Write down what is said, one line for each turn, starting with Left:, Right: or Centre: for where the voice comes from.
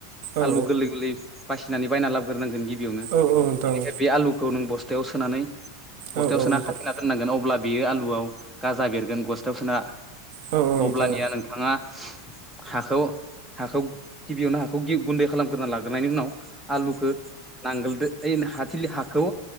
Right: औ
Centre: आलु गोरलै गोरलै बासिनानै बायना लाबोग्रोनांगोन गिबियावनो
Right: औ नोंथां
Centre: बेनि बे आलुखौ नों बस थायाव सोनानै बस्थायाव
Right: औ नोंथां
Centre: सोना खाथिना दोननांगोन अब्ला बेयो आलुआव गाजा बेरगोन बस्थायाव सोना
Right: औ औ नोंथां औ नोंथां
Centre: अब्लानिया नोंथाङा हाखौ हाखौ गिबियावनो हाखौ‌गुन्दै खालामग्रोना लाग्रोनायनि उनाव आलुखौ नांगोलदो ओइ हाथिलि हाखौ